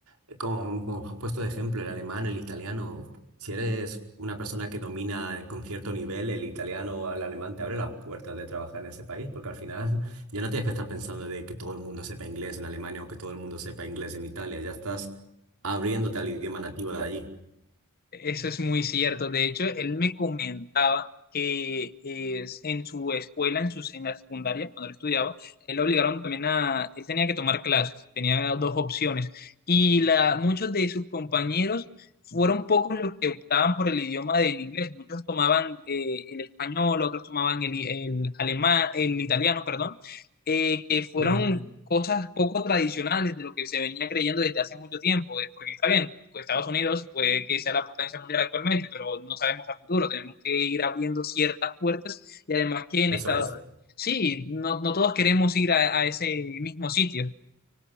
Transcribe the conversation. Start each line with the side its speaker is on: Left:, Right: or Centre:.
Right: eh, como, como has puesto de ejemplo, el alemán, el italiano, si eres una persona que domina con cierto nivel el italiano o el alemán, te abre las puertas de trabajar en ese país, porque al final <laughs> ya no tienes que estar pensando de que todo el mundo sepa inglés en Alemania o que todo el mundo sepa inglés en Italia. Ya estás abriéndote al idioma nativo de allí.
Left: Eso es muy cierto. De hecho, él me comentaba que es, en su escuela, en, sus, en la secundaria, cuando él estudiaba, él lo obligaron también a, él tenía que tomar clases, tenía dos opciones. Y la, muchos de sus compañeros fueron pocos los que optaban por el idioma del inglés. Muchos tomaban eh, el español, otros tomaban el, el alemán, el italiano, perdón. eh, que fueron
Right: Mm,
Left: cosas poco tradicionales de lo que se venía creyendo desde hace mucho tiempo, eh, porque está bien, pues Estados Unidos puede que sea la potencia mundial actualmente, pero no sabemos a futuro, tenemos que ir abriendo ciertas puertas y además que en
Right: Eso
Left: Estados
Right: es.
Left: sí, no, no todos queremos ir a, a ese mismo sitio.